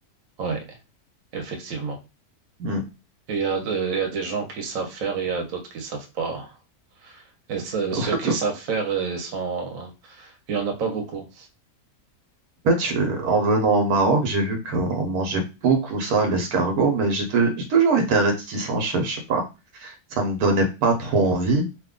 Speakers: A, on the right; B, on the right.
A: oui, effectivement.
B: Mm.
A: Il y a, euh, il y a des gens qui savent faire, il y a d'autres qui savent pas. Et ce-
B: Au
A: ceux
B: fait,
A: qui
B: en
A: savent faire, euh, ils sont, il y en a pas beaucoup.
B: fait, je- en venant au Maroc, j'ai vu qu'on mangeait beaucoup ça, l'escargot, mais j'ai tou- j'ai toujours été réticent, je, je sais pas. Ça me donnait pas trop envie,